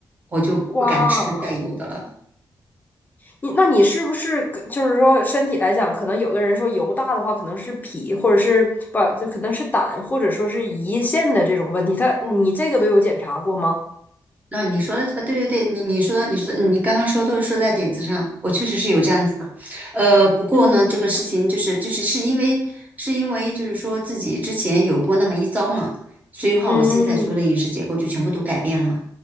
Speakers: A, on the right (about 20°); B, on the left (about 25°).
A: 我就不敢吃带油的了。
B: 哇！你那你是不是就是说身体来讲，可能有的人说油大的话，可能是脾或者是不就可能是胆或者说是胰腺的这种问题，他你这个都有检查过吗？
A: 那你说的，呃对对对，你你说的，你说的，你刚刚说都是说在点子上，我确实是有这样子的。呃，不过呢，
B: 嗯
A: 这个事情就是就是是因为是因为就是说自己之前有过那么一遭嘛，所以话我现在所有的饮食结构就全部都改变了嘛。
B: 嗯，